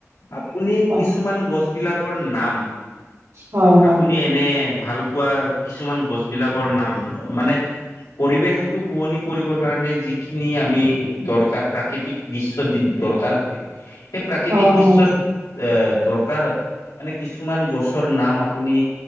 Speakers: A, on the left; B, on the right.
A: আপুনি
B: হয়
A: কিছুমান গছ বিলাকৰ নাম,
B: হয় হয়
A: আপুনি এনে ভাল পোৱা কিছুমান গছ বিলাকৰ নাম মানে পৰিৱেশটো শুৱনি কৰিবৰ কাৰণে যিখিনি আমি দৰকাৰ প্ৰাকৃতিক দৃশ্য দি দৰকাৰ হয় সেই প্ৰাকৃতিক
B: হয়
A: দৃশ্যত
B: হয়
A: এ দৰকাৰত মানে কিছুমান গছৰ নাম আপুনি